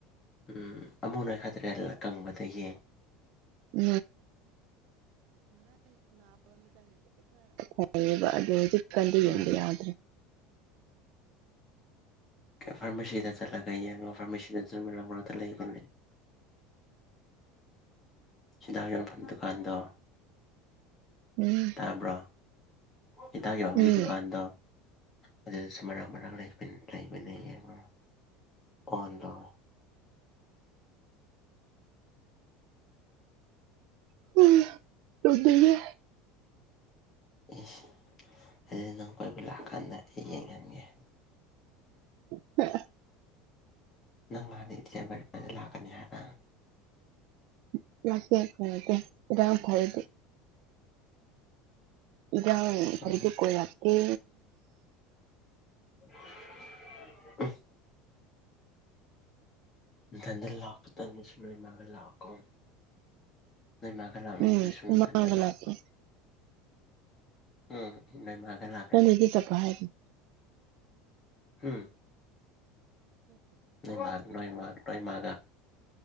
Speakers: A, on the left; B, on the right.
A: ꯎꯝ ꯑꯃꯨꯛ ꯅꯈꯗ꯭ꯔꯦ ꯀꯪꯕꯗꯒꯤ
B: <unintelligible> ꯑꯣꯏꯌꯦꯕ ꯑꯗꯣ ꯍꯧꯖꯤꯛ ꯀꯟꯗꯤ ꯌꯦꯡꯕ
A: ꯎꯝ
B: ꯌꯥꯎꯗ꯭ꯔꯦ
A: ꯐꯥꯔꯃꯥꯁꯤꯗ ꯆꯠꯂꯒ ꯌꯦꯡꯉꯣ ꯐꯥꯔꯃꯥꯁꯤꯗ <unintelligible> ꯂꯩꯕꯅꯦ ꯁꯤꯗꯥ ꯌꯣꯟꯐꯝ ꯗꯨꯀꯥꯟꯗꯣ
B: ꯎꯝ
A: ꯇꯥꯕꯔꯣ ꯍꯤꯗꯥꯛ ꯍꯣꯟꯕꯩ
B: ꯎꯝ
A: ꯗꯨꯀꯥꯟꯗꯣ ꯑꯗꯨꯗꯁꯨ ꯃꯔꯥꯡ ꯃꯔꯥꯡ ꯂꯩ ꯂꯩꯕꯟꯅꯩꯌꯦꯟꯒꯣ ꯑꯣꯗ
B: <unintelligible>
A: ꯏꯁ ꯑꯗꯨꯗꯤ ꯅꯪ ꯀꯣꯏꯕ ꯂꯥꯛꯀꯥꯟꯗ ꯑꯩ ꯌꯦꯡꯍꯟꯒꯦ
B: <unintelligible>
A: ꯅꯪ ꯂꯥꯛ <unintelligible>
B: <unintelligible> ꯏꯗꯥꯡ ꯐꯔꯗꯤ
A: ꯎꯝ
B: ꯀꯣꯏꯔꯛꯀꯦ
A: <unintelligible> ꯗꯟꯗ ꯂꯥꯛꯄ <unintelligible> ꯂꯥꯛꯀꯣ ꯅꯣꯏ ꯃꯥꯒ ꯂꯥꯛꯅꯤꯡꯗ꯭ꯔꯦ
B: ꯎꯝ
A: ꯁꯨꯝ
B: ꯏꯃꯥꯒ
A: ꯊꯟꯗ ꯂꯥꯛ
B: ꯂꯥꯛꯀꯦ
A: ꯎꯝ ꯅꯣꯏꯃꯥꯒ ꯂꯛ
B: <unintelligible>
A: ꯎꯝ ꯅꯣꯏ ꯃꯥ ꯅꯣꯏ ꯃꯥ ꯅꯣꯏ ꯃꯥ